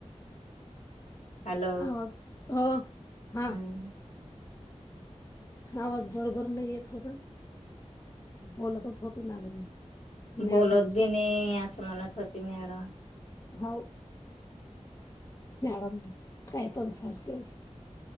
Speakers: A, on the left (about 65°); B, on the left (about 25°).
A: हॅलो
B: आवाज हो हा
A: हम
B: आवाज बरोबर नाही येत होता बोलतच होती ना म्याड
A: बोलत
B: माणसं
A: बी नाही असं म्हणत होती मॅडम
B: हो मॅडम काय पण सांगतेस